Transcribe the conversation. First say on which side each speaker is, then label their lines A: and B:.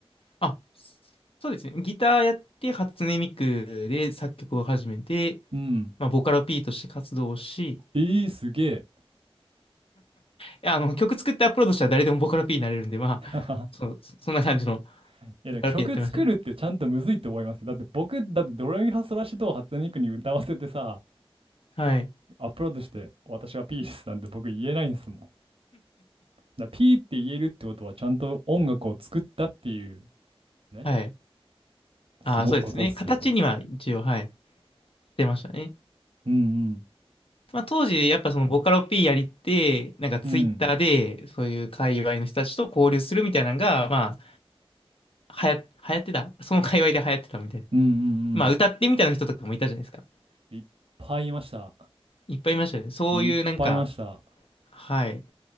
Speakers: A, on the left; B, on the right.
A: あ、そうですね。ギターやって、初音ミクで作曲を始めて、
B: うん。
A: まあ、ボカロ P として活動をし、<laughs> い
B: えー、すげえ。
A: や、あの、曲作ってアップロードしたら誰でもボカロ P になれるんで、まあ、
B: <laughs>
A: そう、そそんな感じの
B: いやでも曲作るってちゃんとむずいと思いますよ。
A: ボカロ P やってましたね。
B: だって僕、だってドレミファソラシドを初音ミクに歌わせてさ、
A: はい。
B: アップロードして私はピースなんて僕言えないんですもん。だからピーって言えるってことはちゃんと音楽を作ったっていうね、
A: はい。ああ、
B: すごいことっすよ。
A: そうですね。形には一応、はい、出ましたね。
B: うん
A: まあ、当時、やっぱそのボカロ P やりって、なんかツイッターで、
B: うん。うん。
A: そういう界隈の人たちと交流するみたいなのが、まあ、はや、流行ってたその界隈で流行ってたみたいな。
B: うんう
A: まあ、歌ってみたいな人とかもいたじゃないですか。
B: んうん。いっぱいいました。
A: いっぱいいましたよね。そういうなんか、
B: いっぱいいました。
A: はい、